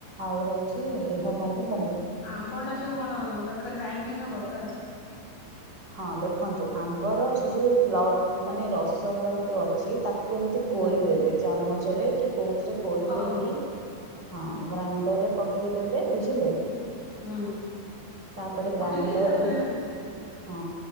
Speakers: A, on the right; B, on the left.
A: ଆଉ ହୋଉଛି ଦେହ ପାଇଁ ବି ଭଲ ରହିବ।
B: ଆମ୍ବ ଟା ଯୋଉ କଣ ତା ଦେହର ଗ୍ରାଇଣ୍ଡିଙ୍ଗ ହବ ତ
A: ହଁ ଦେଖନ୍ତୁ ଆମ୍ବର ସେ ଯୋଉ ପ୍ ମାନେ ରସ ଗୁଡାକ ଯୋଉ ଅଛି ତାକୁ କୁହନ୍ତୁ କୋରି
B: ହୁଁ
A: ଦେବେ। ଚାମଚରେ କି କୋଉଥିରେ କୋରି
B: ଓହୋ
A: ଦେଇକି ହଁ। ଗ୍ରାଇଣ୍ଡର ରେ ପକେଇଦେବେ ବୁଝିଲେ?
B: ହୁଁ
A: ତାପରେ
B: ପକେଇକି
A: ଗ୍ରାଇଣ୍ଡରରେ
B: ତାପରେ
A: ହଁ।